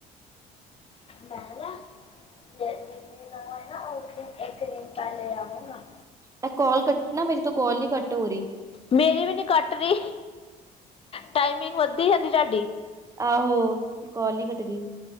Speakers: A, on the left; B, on the right.
A: ਮੈਂ ਨਾ ਜਿਸ ਦਿਨ ਦਿਨ ਇੱਕ ਦਿਨ ਪਹਿਲੇ ਆਵਾਂਗਾ
B: ਇਹ ਕਾਲ ਕੱਟਨਾ ਮੇਰੀ ਤੋਂ ਕਾਲ ਨੀ ਕੱਟ ਹੋ ਰਹੀ
A: ਮੇਰੀ ਵੀ ਨੀ ਕੱਟ ਰਹੀ ਟਾਈਮਿੰਗ ਵੱਧਦੀ ਜਾਂਨੀ ਤੁਹਾਡੀ
B: ਆਹੋ ਕੋਲ ਨੀ ਕੱਟਦੀ ਪਈ